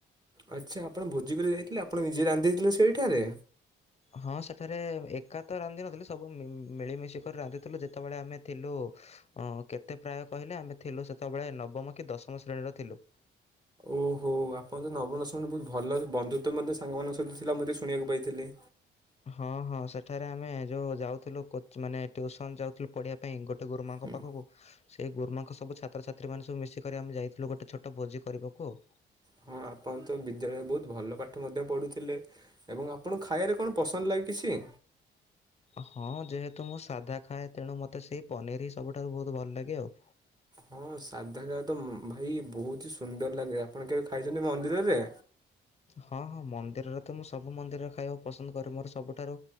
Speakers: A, on the right; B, on the left.
A: ଆଚ୍ଛା ଆପଣ ଭୋଜି କରି ଯାଇଥିଲେ ଆପଣ ନିଜେ ରାନ୍ଧିଥିଲେ ସେ ଏଇଠାରେ।
B: ହଁ ସେଠାରେ ଏକା ତ ରାନ୍ଧିନଥିଲୁ। ସବୁ ମିଳିମିଶି କରି ରାନ୍ଧିଥିଲୁ। ଯେତେବେଳେ ଆମେ ଥିଲୁ କେତେ ପ୍ରାୟ କହିଲେ, ଆମେ ଥିଲୁ ସେତେବେଳେ ନବମ କି ଦଶମ ଶ୍ରେଣୀର ଥିଲୁ।
A: ଓହୋ ଆପଣ ତ ନବ ଦଶମଣୀ ବହୁତ ଭଲ ବନ୍ଧୁତଵ ମଧ୍ୟ ସାଙ୍ଗମାନାନଙ୍କ ସହିତ ଥିଲା ମଧ୍ୟ ଶୁଣିବାକୁ ପାଇଥିଲେ।
B: ହଁ ହଁ, ସେଠାରେ ଆମେ ଯୋଉ ଯାଉଥିଲୁ ମାନେ ଟ୍ୟୁସନ ଯାଉଥିଲୁ। ପଢିବା ପାଇଁ ଗୋଟେ ଟେ ଗୋରୁମାଙ୍କ
A: ହୁଁ
B: ପାଖକୁ। ସେ ଗୁରୁମାଙ୍କ ସବୁ ଛାତ୍ରଛାତ୍ରୀମାନେ ସବୁ ମିଶିକରି ଆମେ ଯାଇଥିଲୁ। ଗୋଟେ ଛୋଟ ଭୋଜି କରିବାକୁ ଆଉ।
A: ହଁ ଆପଣ ତ ବିଦ୍ୟାଳୟରେ ବହୁତ ଭଲ ପାଠ ମଧ୍ୟ ପଢୁଥିଲେ, ଏବଂ ଆପଣଙ୍କୁ ଖାଇବାରେ କଣ ପସନ୍ଦ ଲାଗିଛି।
B: ହଁ ଯେହେତୁ, ମୁଁ ସାଧା ଖାଏ ତେଣୁ ମତେ ସେଇ ପନିର ହି ସବୁଠାରୁ ବହୁତ ଭଲ ଲାଗେ ଆଉ।
A: ହଁ ସାଧା ଖା ତ ଭାଇ ବହୁତ ହି ସୁନ୍ଦର ଲାଗେ। ଆପଣ କେବେ ଖାଇଛନ୍ତି ମନ୍ଦିରରେ?
B: ହଁ ହଁ ମନ୍ଦିରରେ ତ ମୁଁ ସବୁ ମନ୍ଦିର ଖାଇବାକୁ ପସନ୍ଦ କରେ। ମୋର ସବୁଠାରୁ